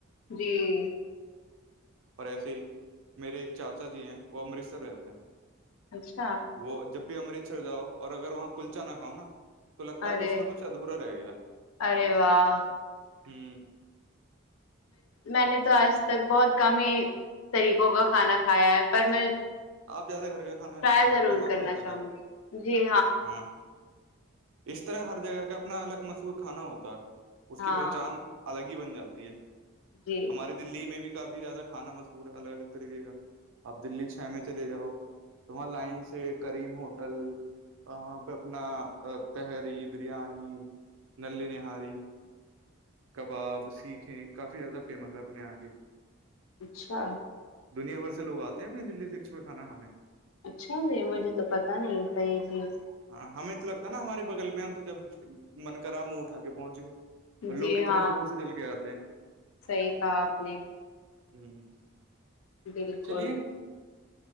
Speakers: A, on the left; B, on the right.
A: جی
B: اور ایسے ہی میرے ایک چاچا جی ہیں وہ امرتسر رہتے ہیں
A: اچھا
B: وہ جب بھی امرتسر جاؤ اور اگر وہاں کلچا نہ کھاؤ نا تو لگتا ہے
A: ارے
B: کچھ نہ کچھ ادھورا رہ گیا
A: ارے واہ
B: ہوں
A: میں نے تو آج تک بہت کم ہی طریقوں کا کھانا کھایا ہے پر میں
B: آپ زیادہ گھر کا کھانا
A: ٹرائی
B: کھاتی
A: ضرور
B: ہیں نا آپ
A: کرنا
B: نے بتایا
A: چاہوں گی جی
B: ہاں اس طرح ہر جگہ کا اپنا الگ مسہور کھانا ہوتا ہے اس
A: ہاں
B: کی پہچان الگ ہی بن جاتی ہے
A: جی
B: ارے دلی میں بھی کافی زیادہ کھانا مشکور ہے الگ طریقے کا اپ دلی چھا میں چلے جاؤ تمہ لائن سے کریم ہوٹل وہاں پہ اپنا تہری بریانی نلیی نہاری کباب سیکھیں کافی زیادہ فیمس ہے اپنے یہاں کی
A: اچھا
B: دنیا بھر سے لوگ آتے ہیں اپنی دلی سکس میں کھانا کھانے
A: اچھا جی مجھے تو پتا نہیںتا یہ جیز
B: ہاں ہمیں تو لگتا ہے نا ہمارے بغل میں ہم تو جب من کرا منہ اٹا کے پہنچ گئے
A: جی
B: اور لوگ کتنا
A: ہاں
B: دور سے چل کے آتے ہیں
A: صحیح کہا آپ نے
B: ہ
A: بالکل
B: چلیے